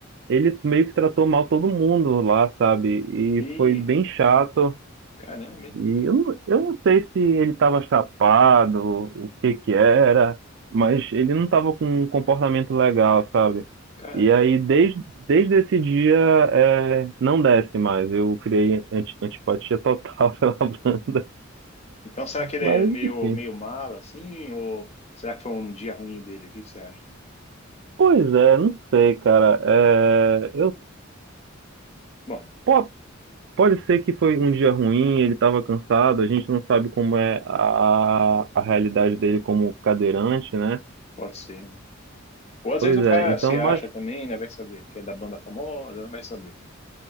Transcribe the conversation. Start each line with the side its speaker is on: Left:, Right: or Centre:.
Right: ele meio que tratou mal todo mundo lá, sabe? E
Left: Ih,
Right: foi bem chato.
Left: caramba, hein?
Right: E eu, não- eu não sei se ele estava chapado, o que que era, mas ele não estava com um comportamento legal, sabe?
Left: Caramba,
Right: E aí,
Left: hein?
Right: desde, desde esse dia, é, não desce mais. Eu criei anti, antipatia total <laughs> pela banda.
Left: Então, será que ele
Right: Mas,
Left: é meio,
Right: enfim.
Left: meio mala, assim? Ou será que foi um dia ruim dele? O que você acha?
Right: Pois é, não sei, cara. É,
Left: Bom,
Right: eu, Pode ser que foi um dia ruim, ele estava cansado, a gente não sabe como é a, a realidade dele como cadeirante, né?
Left: pode ser, né? Ou às
Right: Pois
Left: vezes o
Right: é,
Left: cara
Right: então,
Left: se
Right: mas,
Left: acha também, né? Vai saber, que é da banda famosa, né? vai saber.